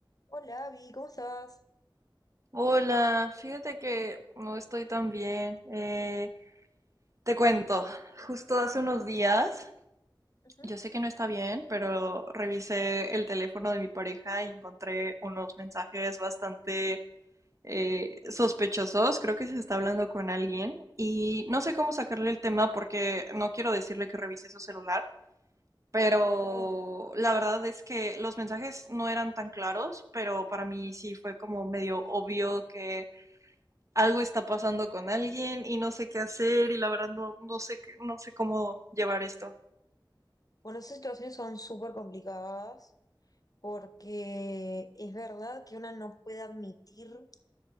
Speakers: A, on the left; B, on the right.
A: Hola, Abby, ¿cómo estás?
B: Hola, fíjate que no estoy tan bien. Eh, te cuento, justo hace unos días,
A: Ujú,
B: yo sé que no está bien, pero revisé el teléfono de mi pareja y encontré unos mensajes bastante eh, sospechosos. Creo que se está hablando con alguien y no sé cómo sacarle el tema porque no quiero decirle que revise su celular, pero
A: Claro.
B: la verdad es que los mensajes no eran tan claros, pero para mí sí fue como medio obvio que algo está pasando con alguien y no sé qué hacer y la verdad no, no sé, no sé cómo llevar esto.
A: Bueno, esas situaciones son súper complicadas porque es verdad que una no puede admitir